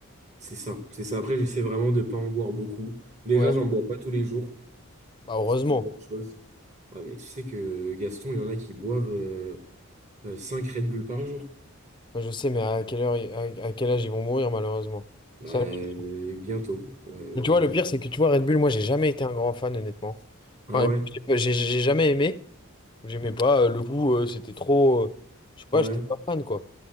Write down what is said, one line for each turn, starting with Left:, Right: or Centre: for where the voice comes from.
Right: C'est ça, c'est ça. Après, j'essaie vraiment de pas en boire beaucoup. Déjà,
Left: ouais.
Right: j'en bois pas tous les jours,
Left: Bah, heureusement.
Right: ce qui est une bonne chose. Ouais, mais tu sais que Gaston, il y en a qui boivent euh, euh, 5 Red Bull par jour.
Left: Moi, Je sais, mais à quelle heure, ils- à, à quel âge ils vont mourir, malheureusement.
Right: Bah,
Left: Ça,
Right: euh,
Left: la question.
Right: bientôt. Euh,
Left: Mais tu vois, le pire,
Right: on-
Left: c'est que tu vois, Red Bull, moi, j'ai jamais été un grand fan, honnêtement.
Right: Ah
Left: Enfin,
Right: ouais?
Left: j'ai j'ai- j'ai jamais aimé. J'aimais pas euh, le goût, euh, c'était trop. euh, je sais pas,
Right: Ouais,
Left: j'étais pas fan, quoi.